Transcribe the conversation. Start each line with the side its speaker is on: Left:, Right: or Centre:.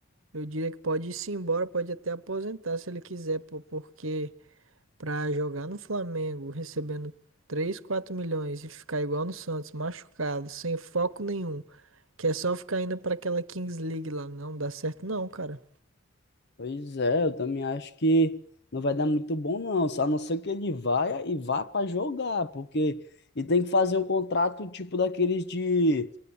Right: eu diria que pode ir se embora, pode até aposentar se ele quiser, pô, porque pra jogar no Flamengo recebendo 3, 4 milhões e ficar igual no Santos, machucado, sem foco nenhum, que é só ficar indo pra aquela Kings League lá, não dá certo não, cara.
Left: Pois é, eu também acho que não vai dar muito bom, não. Só A não ser que ele vá e vá para jogar, porque e tem que fazer um contrato tipo daqueles de